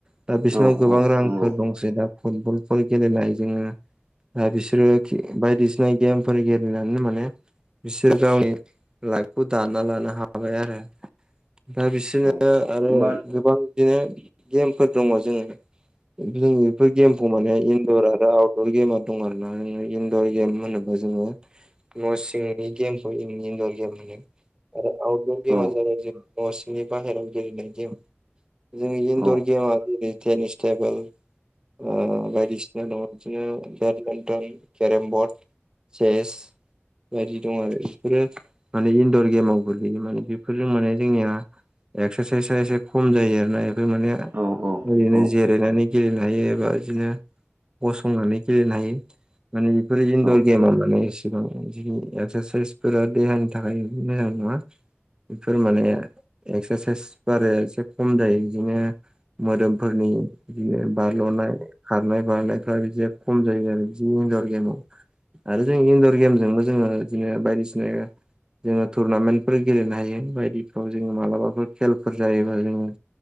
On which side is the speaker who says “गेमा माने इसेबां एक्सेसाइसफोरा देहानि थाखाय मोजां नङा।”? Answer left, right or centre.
Right